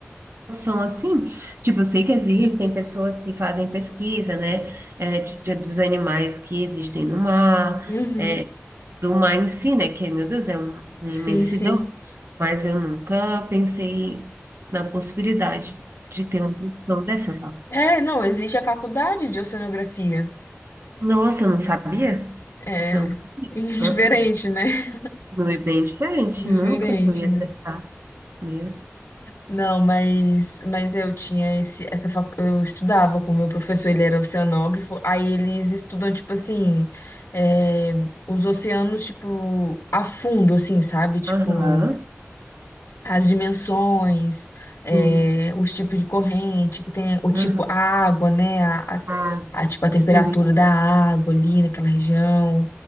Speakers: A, on the right; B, on the left.
A: profissão assim? Tipo, eu sei que existem pessoas que fazem pesquisa, né, é, de- de- dos animais que existem no mar,
B: Uhum.
A: é, do mar em si, né, que, meu Deus, é um- uma
B: Sim,
A: imensidão,
B: sim.
A: mas eu nunca pensei na possibilidade de ter uma profissão dessa, tá?
B: É, não, existe a faculdade de oceanografia.
A: Nossa, eu não sabia?
B: É
A: Não, sabia.
B: <laughs> diferente,
A: Ah, ah.
B: né?
A: não é bem diferente,
B: Diferente,
A: nunca que eu ia
B: né?
A: acertar. Meu Deus.
B: Não, mas, mas eu tinha esse, essa, fac- eu estudava com o meu professor, ele era oceanógrafo, aí eles estudam, tipo assim, é, os oceanos, tipo, a fundo, assim, sabe? Tipo,
A: Aham,
B: as dimensões, eh,
A: sim,
B: os tipos de corrente que tem, o tipo,
A: aham.
B: a água, né? A, as-
A: Ah,
B: a, tipo, a temperatura
A: sim,
B: da água ali naquela região.